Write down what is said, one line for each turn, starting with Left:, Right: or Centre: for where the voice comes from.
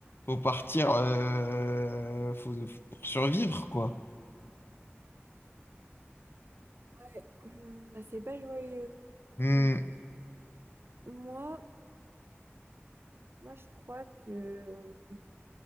Left: faut partir, euh, faut, pour survivre quoi.
Right: Ouais. Mhm. Bah, c'est pas joyeux.
Left: Hmm,
Right: Mm. Moi, moi, je crois que